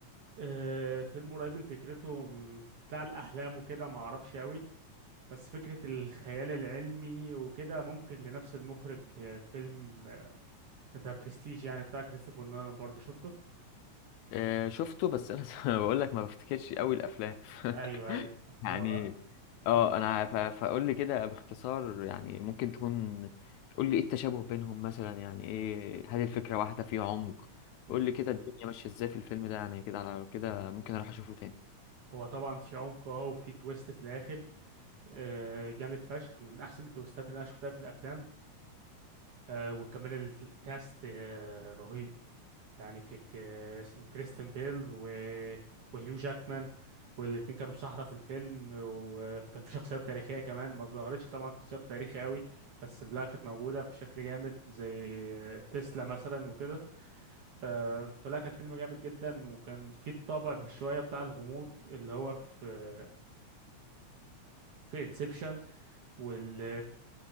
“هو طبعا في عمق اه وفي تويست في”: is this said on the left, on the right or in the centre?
Right